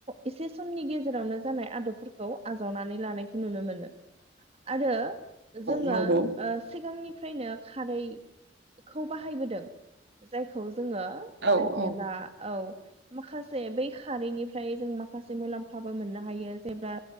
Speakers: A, on the right; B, on the right.
A: एसे समनि गेजेरावनो जानाय आदबफोरखौ आजावनानै लानायखौ नुनो मोनो आरो। जोङो
B: नंगौ
A: ओ सिगांनि फ्रायनो खारैखौ बाहायबोदों जायखौ जोङो
B: औ
A: जेनेबा
B: औ
A: औ माखासे बै खारैनिफ्राय जों माखासे मुलाम्फाबो मोननो हायो जेब्ला।